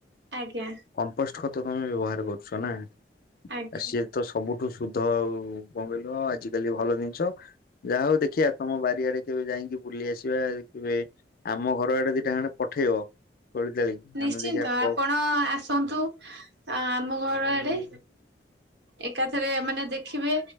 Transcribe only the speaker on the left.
କମ୍ପୋଷ୍ଟ ଖତ ତମେ ବ୍ୟବହାର କରୁଛ ନାଁ
ସିଏ ତ ସବୁଠୁ ସୁଧ ଆଉ କଣ କହିଲ ଆଜିିକାଲି ଭଲ ଜିନିଷ। ଯାହା ହୋଉ ଦେଖିବା ତମ ବାରିଆଡେ କେବେ ଯାଇଁକି ବୁଲି ଆସିବା କେବେ ଆମ ଘର ଆଡେ ଦିଟା ଖଣ୍ଡେ ପଠେଇବ ତୋଳି ତାଳିକି।
ଆମେ ଦେଖିବା
କ